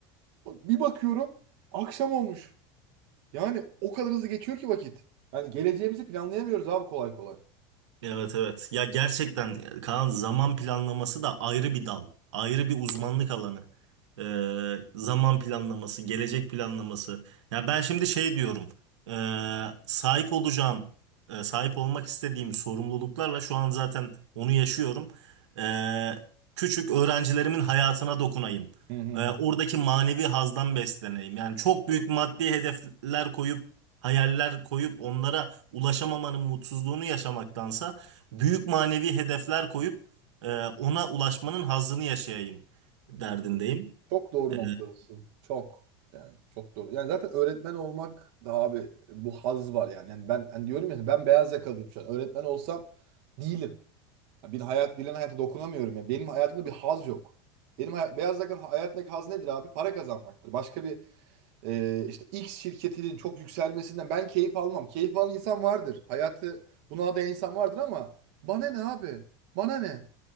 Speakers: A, on the right; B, on the right.
A: bak- bir bakıyorum akşam olmuş. Yani o kadar hızlı geçiyor ki vakit. Yani geleceğimizi planlayamıyoruz abi kolay kolay.
B: Evet evet. Ya gerçekten Kaan zaman planlaması da ayrı bir dal. Ayrı bir uzmanlık alanı. Ee, zaman planlaması, gelecek planlaması. Ya ben şimdi şey diyorum. ee, sahip olacağım, e, sahip olmak istediğim sorumluluklarla şu an zaten onu yaşıyorum. Ee, küçük öğrencilerimin hayatına dokunayım.
A: Hı hı
B: Ee,
A: hı.
B: oradaki manevi hazdan besleneyim. Yani çok büyük maddi hedefler koyup, hayaller koyup onlara ulaşamamanın mutsuzluğunu yaşamaktansa büyük manevi hedefler koyup e, ona ulaşmanın hazzını yaşayayım derdindeyim.
A: Çok doğru
B: E,
A: noktadasın. Çok. Yani çok doğru. Yani zaten öğretmen olmak da abi bu haz var yani. Yani ben hani diyorum ya ben beyaz yakalıyım şu an. Öğretmen olsam değilim. Ya bir hayat bilen hayata dokunamıyorum ya. Benim hayatımda bir haz yok. Benim hayat, beyaz yakalı hayattaki haz nedir abi? Para kazanmaktır. Başka bir e, işte X şirketinin çok yükselmesinden ben keyif almam. Keyif alan insan vardır. Hayatı buna adayan insan vardır ama bana ne abi? Bana ne?